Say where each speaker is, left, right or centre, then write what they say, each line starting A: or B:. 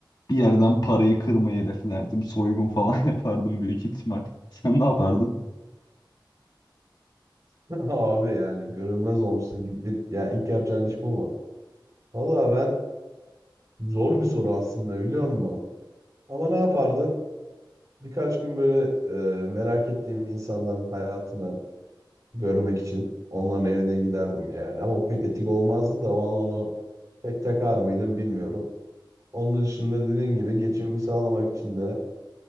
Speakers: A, on the left (about 60°); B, on the right (about 45°).
A: bir yerden parayı kırmayı hedeflerdim. Soygun falan <laughs> yapardım büyük ihtimal. Sen ne yapardın?
B: <laughs> Abi yani görünmez olmuşsun gidip ya ilk yapacağın iş bu mu? Valla ben Zor bir soru aslında biliyor musun? Ama ne yapardım? Birkaç gün böyle e, merak ettiğim insanların hayatını görmek için onların evine giderdim yani. Ama o pek etik olmazdı da o an onu pek takar mıydım bilmiyorum. Onun dışında dediğin gibi geçimimi sağlamak için de